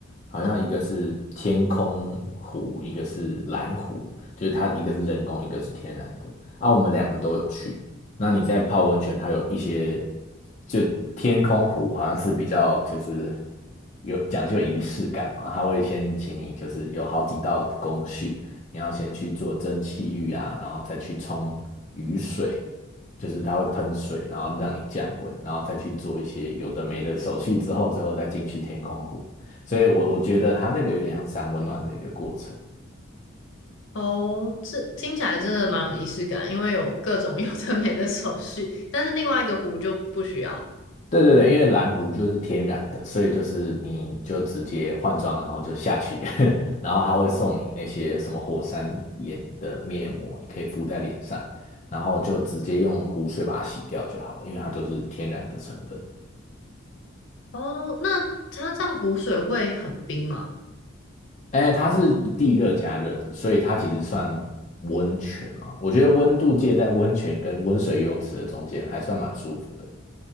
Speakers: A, on the left; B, on the left.
A: 好像一个是天空湖，
B: 哦
A: 一个是蓝湖，就是它一个是人工，一个是天然的。啊，我们两个都有去。那你在泡温泉，它有一些，就天空湖好像是比较就是有讲究仪式感嘛，它会先请你就是有好几道工序。你要先去做蒸汽浴啊，然后再去冲雨水，就是它会喷水，然后让你降温，然后再去做一些有的没的手续之后，之后再进去天空湖。所以我我觉得它那个有点像三温暖的一个过程。
B: 哦，这听起来真的蛮有仪式感，因为有各种 <laughs> 有的没的手续，但是另外一个湖就不需要。
A: 对对对，因为蓝湖就是天然的，所以就是你就直接换装，然后就下去，<laughs> 然后他会送你那些什么火山岩的面膜，你可以敷在脸上，然后就直接用湖水把它洗掉就好了，因为它都是天然的成分。
B: 哦，那它这样湖水会很冰吗？
A: 哎，它是地热加热的，所以它其实算温泉嘛。我觉得温度介在温泉跟温水游泳池的中间，还算蛮舒服的。